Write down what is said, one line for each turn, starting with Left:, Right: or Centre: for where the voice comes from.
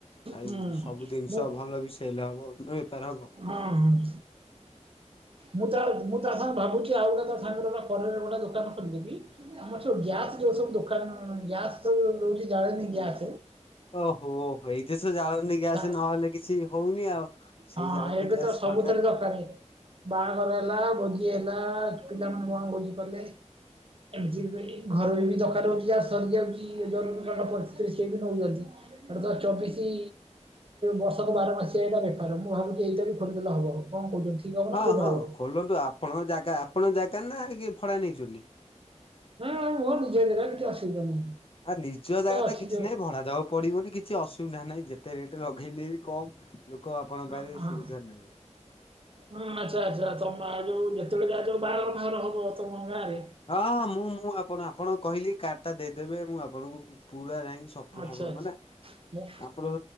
Left: ଆଉ
Right: ହୁଁ
Left: ସବୁ ଜିନିଷ
Right: ମୁଁ
Left: ଭଲ ବି ସେଲ୍ ହବ ଆଉ ବେପାର ହବ
Right: ହଁ ହୁଁ। ମୁଁ ତା ମୁଁ ତା ସାଙ୍ଗେ ଭାବୁଛି ଆଉ ଗୋଟେ ତା ସାଙ୍ଗରେ ପରେ ଗୋଟେ ଦୋକାନ ଖୋଲିଦେବି, ଆମର ସୁ ଗ୍ୟାସ ଯୋଉ ସବୁ ଦୋକାନ ଗ୍ୟାସ୍ ସବୁ ରହୁଛି ଜାଲେଣି ଗ୍ୟାସ
Left: ଓହୋ ଓହୋ ଏଇଥିସେ ଯାଉନି ଗ୍ୟାସ
Right: ତା
Left: ନହେଲେ କିଛି ହୋଉନି ଆଉ। ସେଇ
Right: ହଁ
Left: ଜାଳେନୀ
Right: ଏବେ
Left: ଗ୍ୟାସ
Right: ତ ସବୁଥିରେ
Left: ଦରକାର।
Right: ଦରକାରେ। ବାହାଘର ହେଲା ଭୋଜି ହେଲା ପିଲାମାନେ କଣ ଭୋଜି କଲେ ଏମିତି ଘରେ ଦରକାର ହୋଉଛି ଯାହା ସରିଯାଉଛି ଜରୁରୀ ପରିସ୍ଥିତିରେ ସିଏ ବି ନୋଉନାହାନ୍ତି। ଏଟେ ତ ଚବିଶି ବର୍ଷ ତ ବାରମାସି ହେଇଲା ବେ ମୁଁ ଭାବଛି ଏଇଟା ବି ଖୋଲିଦେଲେ ହବ କଣ କହୁଛନ୍ତି? ଠିକ୍ ହବ
Left: ହଁ
Right: ନା ଭୁଲ
Left: ହଁ
Right: ହବ?
Left: ଖୋଲନ୍ତୁ ଆପଣଙ୍କ ଜାଗା ଆପଣଙ୍କ ଜାଗା ନା କି ଭଡ଼ା ନେଇଛନ୍ତି?
Right: ନାଁ ମୋର ନିଜେ ଘର କିଛି ଅସୁବିଧା ନାହିଁ।
Left: ଆ ନିଜ ଜାଗା ତ
Right: ଅଛି
Left: କିଛି
Right: ଯୋଉ
Left: ନାଇଁ ଭଡାବାକୁ ପଡିବନି କିଛି ଅସୁବିଧା ନାହିଁ ଯେ ତେ ରେଟ୍ ଲଗାଇଲେ ବି କମ୍ ଲୋକ ଆପଣଙ୍କ
Right: ହଁ।
Left: ପାଖେ ସୁରକ୍ଷାରେ ନେବେ।
Right: ହଁ ଆଚ୍ଛା ଆଚ୍ଛା ତମ ଯୋଉ ଯେତେବେଳେ ଯାହା ଯୋଉ ବାହାର ବାହାର ହବ ତମ ଗାଁ ରେ
Left: ହଁ ହଁ ମୁଁ ମୁଁ ଆପଣ ଆପଣ କହିଲି କାର୍ଡ ଟା ଦେଇଦେବେ ମୁଁ ଆପଣଙ୍କୁ ପୁରା ଯାଇକି ସୁ ସବୁ
Right: ଆଚ୍ଛା
Left: ହବ
Right: ଆଚ୍ଛା।
Left: ମାନେ
Right: ମୁଁ
Left: ଆପଣ